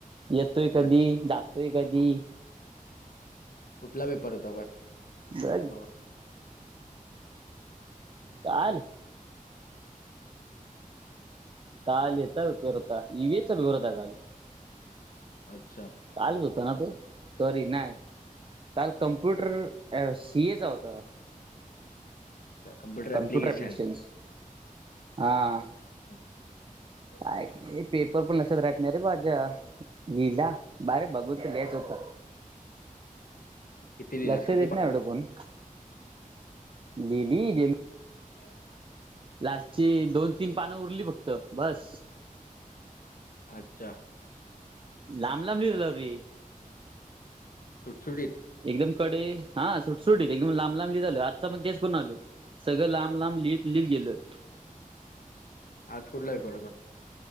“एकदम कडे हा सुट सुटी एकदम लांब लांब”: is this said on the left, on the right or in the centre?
Right